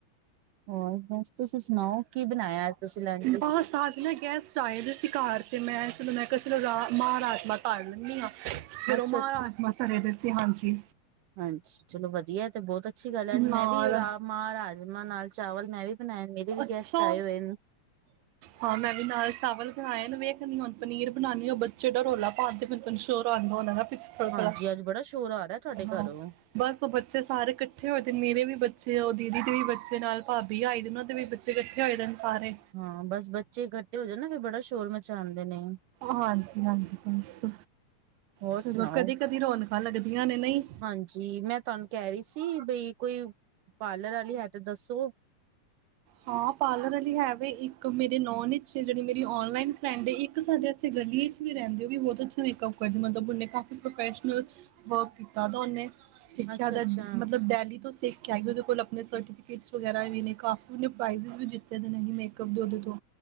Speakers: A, on the right (about 85°); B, on the right (about 70°).
A: ਹੋਰ ਬਸ ਤੁਸੀਂ ਸੁਣਾਓ ਕੀ ਬਨਾਇਆ ਅੱਜ ਤੁਸੀਂ ਲੰਚ ਈਚ
B: ਬਸ ਅੱਜ ਨਾ ਗੈਸਟ ਆਏ ਦੇ ਸੀ ਘਰ 'ਤੇ ਮੈਂ ਚਲ ਮੈਂ ਕਿਆ ਚਲੋ ਰਾ ਮਾਅ ਰਾਜਮਾਂ ਧੱਰ ਲੇਨੀਂ ਆ। ਫਿਰ
A: ਹਾਂਜੀ
B: ਓ ਮਾਅ ਰਾਜਮਾ ਧਰੇ ਦੇ ਸੀ, ਹਾਂਜੀ
A: ਹਾਂਜੀ ਚਲੋ ਵਧੀਆ ਏਂ ਤੇ ਬੋਤ ਅੱਛੀ ਗੱਲ ਐ, ਅੱਜ
B: ਨਾਲ
A: ਮੈਂ ਵੀ ਰਾ ਮਾਅ ਰਾਜਮਾਂ ਨਾਲ ਚਾਵਲ ਮੈਂ ਵੀ ਬਣਾਏ, ਮੇਰੇ ਵੀ
B: ਅੱਛਾ
A: ਗੈਸਟ ਆਏ ਹੋਏ ਨੇ
B: ਹਾਂ ਮੈਂ ਵੀ ਨਾਲ ਚਾਵਲ ਬਨਾਏ ਨੇ, ਵੇਖਨੀ ਆ ਹੁਣ ਪਨੀਰ ਬਨਾਨੀ। ਓ ਬੱਚੇ ਐਡਾ ਰੋਲਾ ਪਾਦੇ ਤੈਨੂੰ ਸ਼ੋਰ ਆਂਦਾ ਹੋਣਾਂ ਦਾ ਕੁੱਛ ਥੋੜਾਂ
A: ਹਾਂਜੀ
B: -ਥੋੜਾਂ,
A: ਅੱਜ ਬੜਾ ਸ਼ੋਰ ਆ ਰਿਹਾ ਤੁਹਾਡੇ
B: ਹਾਂ।
A: ਘਰੋਂ।
B: ਬਸ ਓ ਬੱਚੇ ਸਾਰੇ ਕੱਠੇ ਹੋਏ ਤੇ ਮੇਰੇ ਵੀ ਬੱਚੇ ਔ, ਓ ਦੀਦੀ ਦੇ ਵੀ ਬੱਚੇ ਨਾਲ ਭਾਬੀ ਆਈ ਉਹਨਾਂ ਦੇ ਵੀ ਬੱਚੇ ਕੱਠੇ ਹੋਏ ਦੇ ਨੇ ਸਾਰੇ
A: ਹਾਂ ਬਸ ਬੱਚੇ ਇਕੱਠੇ ਹੋ ਜਾਂਣ ਨਾ ਫੇਰ ਬੜਾ ਸ਼ੋਰ ਮਚਾਂਦੇ ਨੇ।
B: ਹਾਂਜੀ- ਹਾਂਜੀ ਬਸ,
A: ਹੋਰ
B: ਚਲੋਂ
A: ਸੁਣਾਓ?
B: ਕਦੀ-ਕਦੀ ਰੌਣਕਾਂ ਲੱਗਦੀਆਂ ਨੇ ਨਈ।
A: ਹਾਂਜੀ ਮੈਂ ਤਾਹਨੂੰ ਕਹਿ ਰੀ ਸੀ ਬਈ ਕੋਈ ਪਾਰਲਰ ਆਲੀ ਹੈ ਤੇ ਦੱਸੋ।
B: ਹਾਂ ਪਾਰਲਰ ਆਲੀ ਹੈ ਵੇ ਇੱਕ ਮੇਰੇ ਨੋਨ ਇਚ ਜਿਹੜੀ ਮੇਰੀ ਔਨਲਾਈਨ ਫਰੈਂਡ ਇੱਕ ਸਾਡੇ ਗਲੀ ਏ ਇਚ ਵੀ ਰਹਿੰਦੇ ਓ ਵੀ ਬੋਤ ਅੱਛਾ ਮੇਕਅਪ ਕਰਦੇ, ਮਤਲਬ ਉਹਨੇ ਕਾਫੀ ਪ੍ਰੋਫੈਸ਼ਨਲ ਬਹੁ ਕੀਤਾ ਦਾ ਉਹਨੇ ਸਿੱਖਿਆ
A: ਅੱਛਾ
B: ਦਾ
A: ਅੱਛਾ
B: ਮਤਲਬ ਡੈਲੀ ਤੋਂ ਸਿੱਖ ਆਈ, ਉਹਦੇ ਕੋਲ ਆਪਣੇ ਸਰਟੀਫੀਕੇਟਸ ਵਗੈਰਾ ਵੀ ਨੇ ਕਾ ਓਨੇ ਪ੍ਰਾਈਜਜ ਵੀ ਜਿਤੇ ਦੇ ਇਹੀ ਮੇਕਅਪ ਦੇ ਉਹਦੇ ਤੋਂ